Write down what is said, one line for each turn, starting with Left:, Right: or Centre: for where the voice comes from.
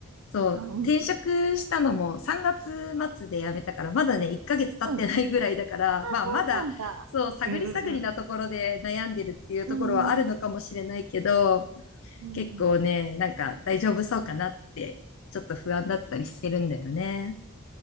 Left: そう、
Right: あ、うん、
Left: 転職したのも3月末で辞めたから、まだね、1ヶ月経ってないぐらいだから、
Right: うん。あ、
Left: まあまだ、
Right: そうなんだ。
Left: そう、探り探りなところで悩んでるっていうところはあるのかもしれないけど、
Right: うん、うん、うん。うん、うん、うん。
Left: 結構ね、なんか大丈夫そうかなって、ちょっと不安だったりしてるんだよね。